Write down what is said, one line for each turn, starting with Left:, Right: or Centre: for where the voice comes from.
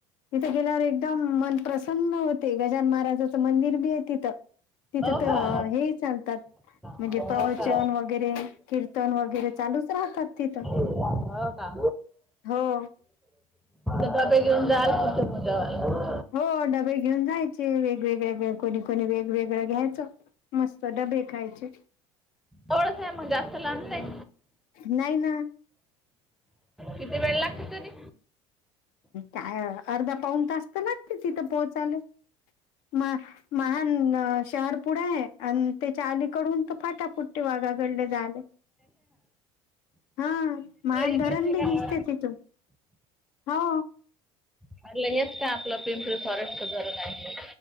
Left: तिथे गेल्यावर एकदम मन प्रसन्न होते गजान महाराजाचं मंदिर बी आहे तिथं. तिथे
Centre: हो
Left: तर
Centre: का
Left: हे ही चालतात म्हणजे
Centre: हो
Left: प्रवचन
Centre: का
Left: वगैरे कीर्तन वगैरे चालूच राहतात तिथं.
Centre: हा.
Left: हो
Centre: बाबे घेऊन जाल तुझं तझ्यावाला <unintelligible>
Left: हो डबे घेऊन जायचे वेगवेगळे कोणी कोणी वेगवेगळं घ्यायच. मस्त डबे खायचे
Centre: थोडस आहे मग जास्त लांब नाही.
Left: नाही ना
Centre: किती वेळ लागत तरी.
Left: काय अर्धा पाऊन तास तर लागते तिथं पोहोचाले. म महान शहर पुढं आहे आणि त्याच्या अलीकडून त फाटा फुटत वाघा कडलं झालं? हा मान
Centre: इकडेच
Left: धरण
Centre: आहे
Left: बी
Centre: का
Left: दिसते तिथून. हो
Centre: म्हटलं हेच काय आपलं पिंपरी फॉरेस्ट धरण आहे.